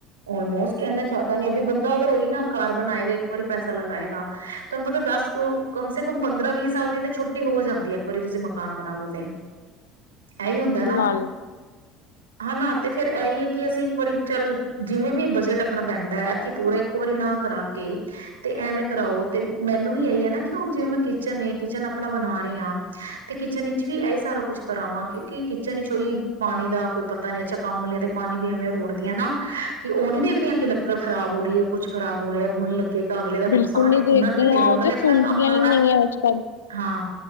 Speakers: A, on the right (about 85°); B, on the left (about 80°).
A: ਆਲਮੋਸਟ ਇਨਾ ਜ਼ਿਆਦਾ ਨੀ ਬੰਦਾ ਅਗਰ ਉਹੀ ਨਾ ਘਰ ਬਣਾਏਗਾ, ਇੱਕ ਵਾਰੀ ਪੈਸਾ ਲਗਾਏਗਾ ਤੁਹਾਨੂੰ ਪਤਾ ਦਸ ਕਮ ਸੇ ਕਮ ਪੰਦਰਾਂ ਵੀਹ ਸਾਲ ਦੀ। ਛੁੱਟੀ ਹੋ ਜਾਂਦੀ ਹੈ। ਵਾਰੀ ਤੁਸੀਂ ਮਕਾਨ ਬਣਾ ਲੋ ਤੇ ਇਹੀ ਹੁੰਦੈ ਨਾ।
B: ਨਾਲ
A: ਹੈਨਾ ਤੇ ਫੇਰ ਇਹੀ ਹੈ ਕਿ ਅਸੀਂ, ਇੱਕ ਵਾਰੀ ਚੱਲ ਜਿਵੇਂ ਵੀ ਬਜਟ ਆਪਣਾ ਬਹਿੰਦਾ ਹੈ ਕਿ, ਪੂਰਾ ਇੱਕੋ ਵਾਰੀ ਨਾ ਕਰਾ ਕੇ ਤੇ ਐਵੇਂ ਕਰਾਓ, ਤੇ ਮੈਨੂੰ ਵੀ ਇਹੀ ਹੈ ਨਾ ਕਿ, ਹੁਣ ਜਿਵੇਂ ਮੈਂ ਕਿਚਨ ਏ, ਕਿਚਨ ਅਪ ਆਪਨਾ ਬਨਾ ਰਹੀ ਹਾਂ। ਤੇ ਕਿਚਨ ਇਚ ਵੀ, ਇਹੀ ਸਾਰਾ ਕੁਛ ਕਰਾਵਾਂ ਕਿਉ। ਕਿ ਕਿਚਨ ਵਿੱਚ ਕੋਈ ਪਾਣੀ ਦਾ ਕੋਈ ਪਤਾ ਨੀ, ਅੱਛਾ ਕੰਮ ਵਾਲੀਆਂ ਤੇ ਪਾਣੀ ਵੀ ਐਵੇਂ ਰੋੜਦੀਐ ਨਾ ਕਿ ਉਹ ਨੀ ਦੇਖਦੀਆਂ ਕਿ, ਲੱਕੜ ਖਰਾਬ ਹੋ ਰਹੀ ਹੈ, ਕੁੱਛ ਖਰਾਬ ਹੋ ਰਿਹਾ, ਗੁਣ ਲੱਗੇਗਾ ਅਗਲੇ ਦਾ
B: ਬਿਲਕੁਲ
A: ਨੁਕਸਾਨ
B: ਨੀ
A: ਉਹਨਾਂ
B: ਦੇਖਦੀਆਂ
A: ਨੇ ਨੀ ਦੇਖਣਾ
B: ਉਹ
A: ਉਹਨਾਂ
B: ਤੇ
A: ਨੇ ਆਪਣਾ
B: ਸੁਣਦੀਆਂ
A: ਕੰਮ ਕਰਨਾ।
B: ਹੀ ਨਹੀਂ ਅੱਜ ਕੱਲ
A: ਹਾਂ,